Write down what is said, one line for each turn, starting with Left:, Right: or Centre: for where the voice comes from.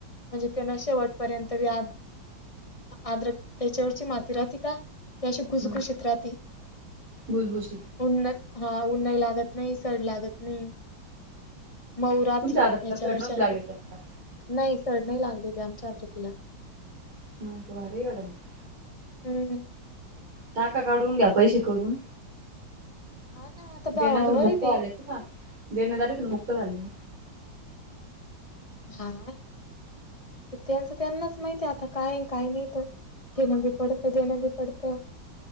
Left: म्हणजे तेना शेवटपर्यंत तरी आ आद्रकतेवरची माती राहते का. ती अशी खूसखुशित
Right: हम्म
Left: राहती.
Right: भुसभुशीत
Left: उन्नत हा, उन्नई लागत नाही सड लागत नाही. मऊ राहती
Right: तुमच्या आधार
Left: याच्यावरच्या,
Right: कार्ड सड नव्हती लागली त्यांना
Left: नाही सड नाही लागलेले आमच्या अदरकीला
Right: <unintelligible>
Left: हम्म
Right: टाका काढून घ्या पैशे करून
Left: हा ना आता भावावर
Right: देण्यातून मुक्त
Left: आहे ते
Right: झालेत ना देणदारीतून मुक्त झाले.
Left: हा, ते त्यांचं त्यांनाच माहिती आहे आता काय आहे काय नाही ते घेणं बी पडतं देणं बी पडतं.